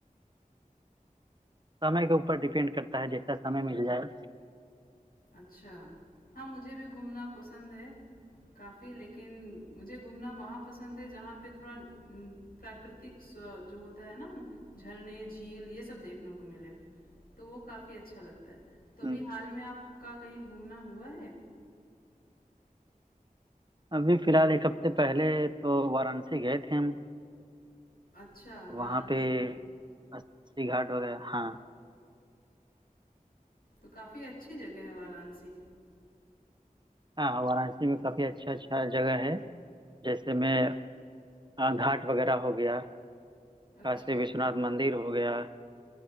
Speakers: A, on the right; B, on the left.
A: समय के ऊपर डिपेंड करता है जैसा समय मिल जाए
B: अच्छा हाँ मुझे भी घूमना पसंद है काफ़ी लेकिन मुझे घूमना वहाँ पसंद है जहाँ पे थोड़ा न, प्राकृतिक स्व- जो होता है ना झरने झील ये सब देखने को मिले तो वो काफ़ी अच्छा लगता है तो अभी
A: हम्म,
B: हाल में आपका कहीं घूमना हुआ है
A: अभी फिलहाल एक हफ्ते पहले तो वाराणसी गए थे हम
B: अच्छा वाराणसी
A: वहाँ पे अस्सी घाट वगैरह हाँ
B: तो काफ़ी अच्छी जगह है वाराणसी
A: हाँ वाराणसी में काफी अच्छा अच्छा जगह है जैसे में आ, घाट वगैरह हो गया
B: अच्छा
A: काशी विश्वनाथ मंदिर हो गया